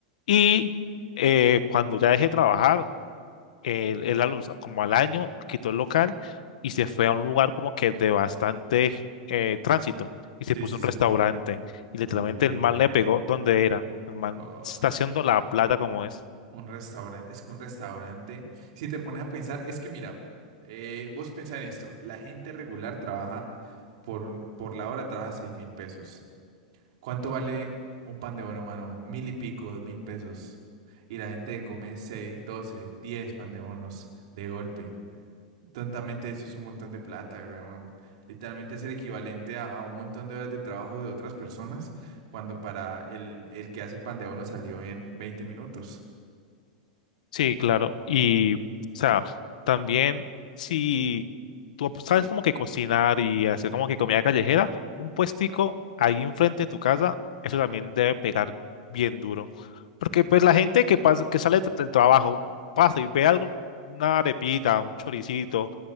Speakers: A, on the left; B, on the right.
A: Y eh, cuando ya dejé de trabajar, él, él al- como al año quitó el local y se fue a un lugar como que de bastante eh, tránsito y se
B: sí,
A: puso
B: sí,
A: un
B: sí.
A: restaurante. Y literalmente
B: Uh,
A: el man le pegó donde era. El man
B: Ay,
A: se está haciendo la plata como es.
B: Un restaurante, es que un restaurante, si te pones a pensar, es que mira, eh, vos pensás en esto, la gente regular trabaja por, un- por la hora, trabaja seis mil pesos. ¿Cuánto vale un pan de bono, mano? Mil y pico, dos mil pesos. Y la gente come seis, doce, diez pan de bonos de golpe. Tontamente eso es un montón de plata, weón. Literalmente es el equivalente a, a un montón de horas de trabajo de otras personas cuando para el, el que hace el pan de bono salió en 20 minutos.
A: Sí, claro. Y, o sea, también si tú sabes como que cocinar y hacer como que comida callejera, un puestico ahí enfrente de tu casa, eso también debe pegar bien duro. Porque pues la gente que pasa, que sale t- del trabajo, pasa y ve algo, una arepita, un choricito